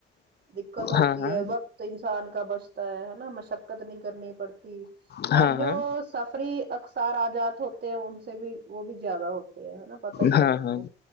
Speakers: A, on the right (about 55°); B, on the left (about 55°).
A: دقت ہوتی
B: ہاں ہاں
A: ہے وقت تو انسان کا بچتا ہے نا مشقت نہیں کرنی پڑتی
B: ہاں
A: اور
B: ہاں
A: جو سفری اکثار آجاد ہوتے ہیں ان سے بھی وہ بھی زیادہ ہوتے ہیں ہے نا پتا ہی
B: ہاں
A: ہے آپ
B: ہاں
A: کو